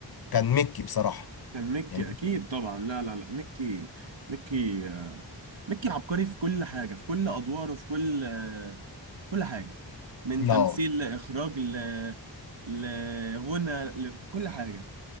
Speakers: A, on the left (about 55°); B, on the right (about 80°).
A: كان ميكي بصراحه
B: كان ميكي
A: يعني
B: اكيد طبعا لا لا لا ميكي ميكي آه، ميكي عبقري في كل حاجه في كل ادواره في كل آه، كل حاجه من
A: لا
B: تمثيل لاخراج ل... لغنى لكل حاجه